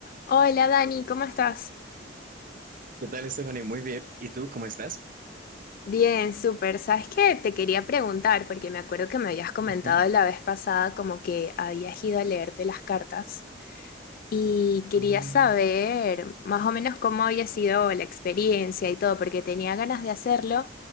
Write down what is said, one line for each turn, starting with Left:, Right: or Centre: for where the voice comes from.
Left: Hola Dani, ¿cómo estás?
Right: ¿Qué tal, Stephanie? Muy bien. ¿Y tú, cómo estás?
Left: Bien, súper. ¿Sabes qué? Te quería preguntar, porque me acuerdo que me habías comentado
Right: Ujú.
Left: la vez pasada como que habías ido a leerte las cartas. Y quería
Right: Mm,
Left: saber más o menos cómo había sido la experiencia y todo, porque tenía ganas de hacerlo,